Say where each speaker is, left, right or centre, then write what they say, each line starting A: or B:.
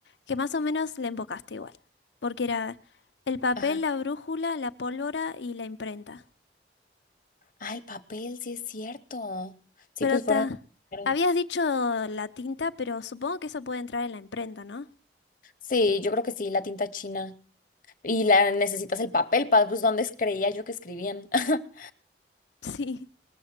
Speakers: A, on the left; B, on the left.
A: que más o menos le embocaste igual, porque era el papel,
B: Ajá.
A: la brújula, la pólvora y la imprenta.
B: Ah, el papel, sí es cierto. Sí,
A: Pero
B: pues
A: ta,
B: fueron. primeros.
A: habías dicho la tinta, pero supongo que eso puede entrar en la imprenta, ¿no?
B: Sí, yo creo que sí, la tinta china. Y la necesitas el papel, para pues ¿dónde es- creía yo que escribían? <laughs>
A: Sí.